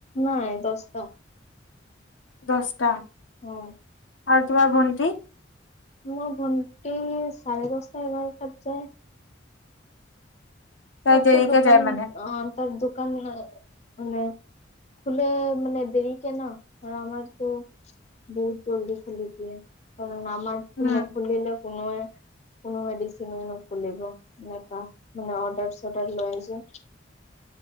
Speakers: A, on the left; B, on the left.
A: নাই দহটা
B: দছটা
A: আহ
B: আৰু তোমাৰ বনটি
A: মোৰ ভণ্টি চাৰে দচটা এঘাৰটাত যায়।
B: তাই
A: তাত
B: দেৰিকে
A: তোৰ দোকান
B: যায় মানে
A: অঁ তাৰ দোকান মানে খুলে মানে দেৰি কে ন আৰু আমাৰতো বহুত জল্দি খুলি দিয়ে কাৰণ আমাৰতো
B: উম
A: নুখুলিলে কোনোৱে োনো মেডিব এনে মানে অৰ্ডাৰ <unintelligible> চটাৰ লৈ যায়